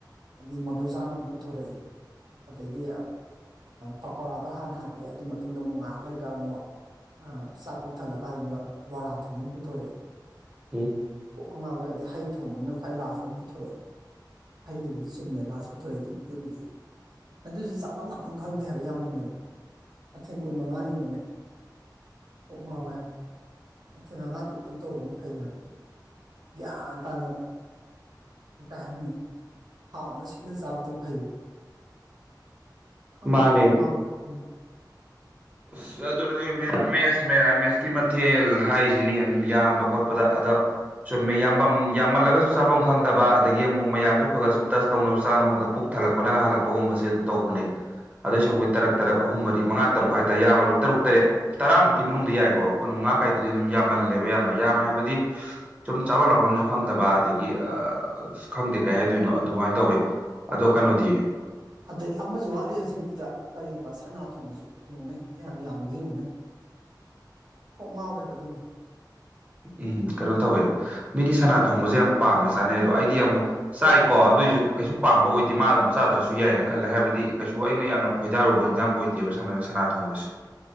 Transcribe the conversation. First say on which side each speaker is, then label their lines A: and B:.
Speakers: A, on the right; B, on the right.
A: ꯑꯗꯨꯗꯤ ꯃꯗꯨꯖꯥꯅ ꯑꯃꯨꯛ ꯄꯨꯊꯣꯔꯛꯏ ꯑꯗꯒꯤ ꯄꯀꯣꯔꯥꯗꯣ ꯍꯥꯟꯅ ꯍꯥꯞꯄꯛꯑꯦ ꯑꯗꯨꯒꯤ ꯃꯇꯨꯡꯗ ꯑꯃꯨꯛ ꯉꯥꯏꯍꯥꯛ ꯂꯩꯔꯒ ꯑꯃꯨꯛ ꯑ ꯆꯥꯛ ꯄꯨꯣꯛ ꯊꯜꯂ ꯀꯥꯟꯗꯨꯗ ꯕꯣꯔꯥ ꯊꯣꯡꯕ ꯑꯃ ꯄꯨꯊꯣꯔꯛꯑꯦ
B: ꯎꯝ
A: ꯀꯣꯛꯀ ꯉꯥꯎꯋꯏ ꯑꯗꯩ ꯍꯩ ꯊꯣꯡꯕꯅ ꯈ꯭ꯋꯥꯏ ꯂꯥꯁꯇ ꯑꯃꯨꯛ ꯄꯨꯊꯣꯔꯛꯑꯦ ꯍꯗꯨꯕꯨꯗꯤ ꯆꯨꯝꯃꯦ ꯂꯥꯁ ꯄꯨꯊꯣꯔꯛꯗꯨꯕꯨꯗꯤ ꯑꯗꯨꯕꯨꯗꯤ ꯑꯗꯨꯁꯨ ꯆꯥꯐꯝꯝ ꯅꯥꯐꯝ ꯈꯪꯗꯦ ꯍꯥꯏꯕ ꯌꯥꯝꯃꯟꯗꯅ ꯃꯊꯦꯟ ꯀꯨꯟ ꯃꯉꯥꯅꯤ ꯌꯦꯡꯅꯦ ꯀꯣꯛ ꯉꯥꯎꯋꯦ ꯍꯥꯏꯕ ꯃꯊꯤꯟ ꯉꯥ ꯇꯨꯞꯛꯇꯪ ꯇꯧꯕꯅ ꯐꯩ ꯍꯥꯏꯕ ꯌꯥ ꯇꯅꯣ ꯀꯥꯏ ꯍꯥꯏꯅꯤ ꯍꯥꯎꯅ ꯁꯤꯅ ꯆꯥꯕ ꯑꯗꯨꯝ ꯐꯩꯌꯦꯕ ꯈꯪꯗꯦꯏ
B: ꯃꯥꯅꯦ
A: ꯀꯣꯛ ꯉꯥꯡ ꯎꯝ
B: ꯑꯁ ꯑꯗꯨꯅꯅꯦ ꯃꯦꯔꯥꯃꯦꯁ ꯃꯦꯔꯥꯃꯦꯁꯀꯤ ꯃꯊꯦꯜ ꯍꯥꯏꯁꯤꯅꯤ ꯑꯗꯨꯝ ꯌꯥꯝꯕ ꯈꯣꯠꯄꯗ ꯆꯨꯝꯃꯦ ꯌꯥꯝꯐꯝ ꯌꯥꯝꯃꯜꯂꯒꯁꯨ ꯆꯥꯐꯝ ꯈꯪꯗꯕ ꯑꯗꯒꯤ ꯑꯃꯨꯛ ꯃꯌꯥꯝꯗꯨ ꯈꯒ ꯁꯨꯝ ꯇꯁ ꯇꯧꯅꯕ ꯆꯥꯅꯕ ꯉ ꯄꯨꯛ ꯊꯜꯂꯛꯄꯅꯒ ꯍꯜꯂꯛꯄꯒꯨꯝꯁꯦ ꯑꯗꯨꯝ ꯇꯧꯕꯅꯦ ꯑꯗꯨꯏ ꯁꯔꯨꯛꯇꯩ ꯇꯔꯛ ꯇꯔꯛ ꯑꯍꯨꯝ ꯃꯔꯤ ꯃꯉꯥ ꯇꯔꯨꯛ ꯌꯥꯝꯃꯔꯨ ꯇꯔꯨꯛ ꯇꯔꯦꯠ ꯇꯔꯥꯃꯨꯛꯀꯤ ꯃꯅꯨꯡꯗ ꯌꯥꯏꯀꯣ ꯀꯨꯟ ꯃꯉꯥ ꯀꯥꯏꯗꯨꯗꯤ ꯑꯗꯨꯝ ꯌꯥꯝꯃꯜꯂꯦꯕ ꯌꯥꯝꯅ ꯌꯥꯝꯃꯦ ꯍꯥꯏꯕꯗꯤ ꯁꯨꯝ ꯆꯥꯐꯝ ꯃꯐꯝꯁꯨ ꯈꯪꯗꯕ ꯑꯗꯒꯤ ꯑ ꯈꯪꯗꯦ ꯀꯩ ꯍꯥꯏꯗꯣꯏꯅꯣ ꯑꯗꯨꯃꯥꯏꯅ ꯇꯧꯋꯦ ꯑꯗꯣ ꯀꯩꯅꯣꯗꯤꯌꯦ
A: ꯑꯗꯒꯤ ꯑꯃꯁꯨ ꯋꯥꯠꯂꯤ ꯍꯧꯖꯤꯛꯀꯤꯗꯨꯗ ꯀꯔꯤꯕ ꯁꯅꯥ ꯊꯣꯡꯕꯁꯨ ꯌꯦꯡꯉꯨꯅꯦ ꯀꯌꯥꯝ ꯌꯥꯝꯃꯒꯦ ꯌꯦꯡꯉꯨꯅꯦ ꯀꯣꯛ ꯉꯥꯎꯋꯦꯕ ꯑꯗꯨꯅ
B: ꯎꯝ ꯀꯩꯅꯣ ꯇꯧꯋꯦ ꯃꯤꯗꯤ ꯁꯅꯥ ꯊꯣꯡꯕꯁꯦ ꯌꯥꯝ ꯄꯥꯝꯅ ꯆꯥꯅꯩ ꯑꯗꯣ ꯑꯩꯗꯤ ꯌꯥꯝ ꯆꯥꯏꯀꯣ ꯑꯗꯨꯏ ꯑꯩ ꯀꯩꯁꯨ ꯄꯥꯝꯕ ꯑꯣꯏꯗꯦ ꯃꯥ ꯑꯗꯨꯝ ꯆꯥꯗ꯭ꯔꯁꯨ ꯌꯥꯏꯑꯅ ꯈꯜꯂꯦ ꯍꯥꯏꯕꯗꯤ ꯀꯩꯁꯨ ꯑꯩꯅ ꯌꯥꯝꯅ ꯈꯣꯏꯗꯥꯔꯨꯕ ꯏꯟꯖꯥꯡ ꯑꯣꯏꯗꯦꯕ ꯁ ꯅꯪ ꯁꯅꯥ ꯊꯣꯡꯕꯁꯤ